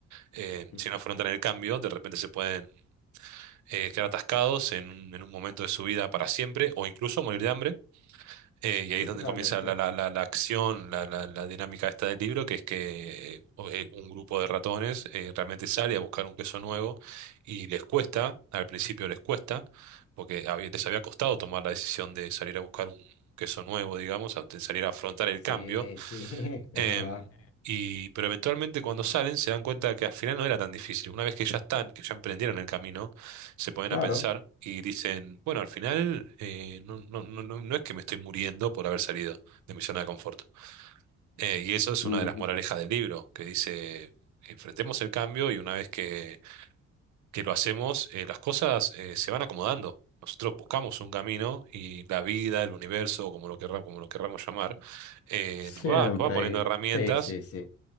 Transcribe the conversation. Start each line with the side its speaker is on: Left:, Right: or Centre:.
Right: eh,
Left: ujú,
Right: si no afrontan el cambio, de repente se pueden eh, quedar atascados en, un en un momento de su vida para siempre o incluso morir de hambre. Eh, y ahí
Left: Literalmente.
Right: es donde comienza la, la- la- la acción, la, la- la dinámica esta del libro, que es que eh, o- eh, un grupo de ratones eh, realmente sale a buscar un queso nuevo y les cuesta, al principio les cuesta, porque había- les había costado tomar la decisión de salir a buscar un queso nuevo, digamos, a- de salir a afrontar el
Left: Sí,
Right: cambio
Left: sí, <laughs>
Right: Em,
Left: es verdad.
Right: y, pero eventualmente cuando salen se dan cuenta que al final no era tan difícil. Una vez que ya están, que ya emprendieron el camino, se ponen
Left: Claro.
Right: a pensar y dicen, bueno, al final eh, no, no, no, no no es que me estoy muriendo por haber salido de mi zona de confort. Eh, y eso es
Left: ujú,
Right: una de las moralejas del libro, que dice, enfrentemos el cambio y una vez que, que lo hacemos, eh, las cosas eh, se van acomodando. Nosotros buscamos un camino y la vida, el universo, como lo querramos, como lo querramos llamar, eh,
Left: Siempre
Right: nos va, nos va poniendo
Left: hay.
Right: herramientas
Left: Sí, sí, sí.